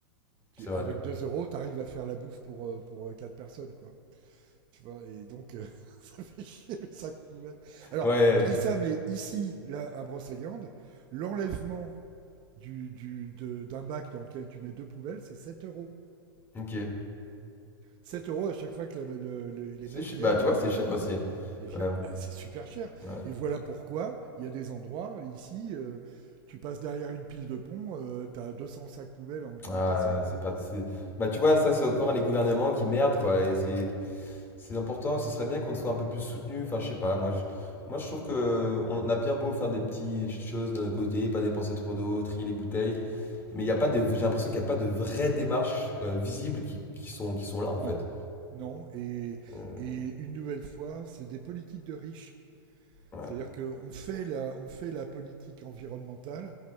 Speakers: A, on the right; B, on the left.
A: Tu-
B: c'est vrai.
A: avec 2 euros, t'arrives à faire la bouffe pour, euh, pour euh, 4 personnes, quoi. Tu vois, et donc, euh, <laughs> ça fait chier le sac poubelle. Alors,
B: Ouais,
A: je dis ça, mais ici, là, à Brocéliande, l'enlèvement du, du, de- d'un bac dans lequel tu mets deux poubelles, c'est 7 euros.
B: ok.
A: sept euros à chaque fois que la- le- le- les
B: C'est
A: mecs
B: chi-
A: viennent
B: Bah, tu
A: et,
B: vois,
A: on-
B: c'est
A: et,
B: cher aussi,
A: et
B: quand
A: virent.
B: même.
A: Ah bah, c'est super cher.
B: Ouais.
A: Et voilà pourquoi il y a des endroits ici, euh, tu passes derrière une pile de pont, euh, tu as deux cents sacs poubelles en- entassés,
B: Ah,
A: quoi.
B: c'est pas, c'est- bah, tu vois, ça, c'est encore les gouvernements qui merdent, quoi. Et c'est C'est important, ce serait bien qu'on soit un peu plus soutenu. Enfin, je sais pas, moi je, moi, je trouve que on a bien beau faire des petites choses de notre côté, pas dépenser trop d'eau, trier les bouteilles, mais il y a pas de, j'ai l'impression qu'il n'y a pas de vraies démarches euh, visibles qui, qui sont, qui sont là en
A: Non,
B: fait.
A: non. Et,
B: Euh,
A: et une nouvelle fois, c'est des politiques de riches.
B: ouais,
A: C'est-à-dire qu'on fait la, on fait la politique environnementale